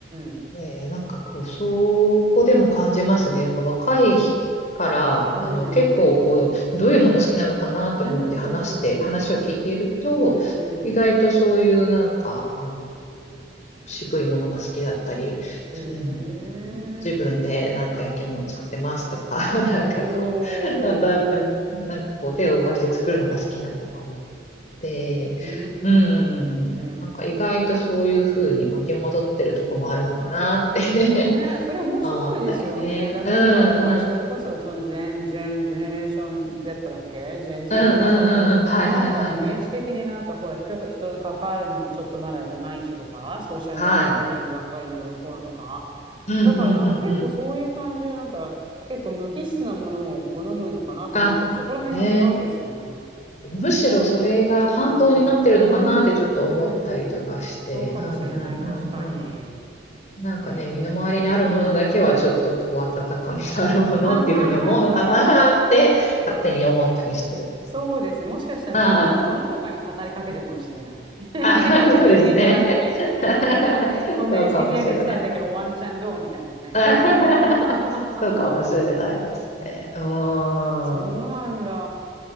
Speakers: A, on the right (about 25°); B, on the left (about 40°).
A: うん。
B: ねえ、なんかこう、そこでも感じますね。やっぱ若いから、
A: うんうん。
B: あの、結構こう、どういうもの好きなのかなと思って話して、
A: うんうん。
B: 話を聞いていると、
A: うんうん。
B: 意外とそういうなんか、あの、渋いものが好きだったり、
A: へえ。
B: そうん、自分でなんか焼き物作ってますとか、<laughs> なんかこ
A: おー。
B: う、うんなんかこう手を動かして作るのが好きな子が多くて、
A: うー
B: うん、なんか意外とそういうふうに負け戻ってるとこもあるのかなって
A: ん。ねえ、それ面白いですよね。
B: 回ったりね。
A: だってほら、
B: うんうん。
A: やっぱりそれこそ、そのジェン、ジェン、ジェネレーション Z だっけジェン Z
B: うんうんう
A: とか。
B: んうん。はいはいはいはい。
A: で、なんかイメージ的になんかほら、人と人と関わるのがちょっとまだいまいちとか、ソーシャルネットワーキングばっかりでどうのこうのとか。
B: はい。うんうんうんうん。
A: だからなんか結構そういう感じで、なんか結構無機質なものを好むのかなと思ったら、
B: あ、
A: そこら辺は違うんですね。
B: ね。むしろそれが反動になってるのかなってちょっと思ったりとかして。
A: うん。うん。そうかもしれない、
B: うんうんうんうん。
A: 確かに。へ
B: なんかね、
A: え。
B: 身の回りにあるものだけはちょっとこう温かみがあるものっていうふうに思うのかなって勝手に思ったりしてる。
A: <laughs> あははははそうですね。もしかしたら物、
B: あ
A: 物とかに語りかけてるかもしれない。<laughs>
B: あ、ああ、
A: なんか人間じゃなくて
B: そうですね。<laughs>
A: <laughs> こんなに素敵ができたんだけど、
B: そうかもしれない。
A: ワンチャンどうみたいなね。
B: <laughs>
A: <laughs> はははは
B: そうかもしれないですね。
A: へえ
B: うーん。
A: そうなんだ。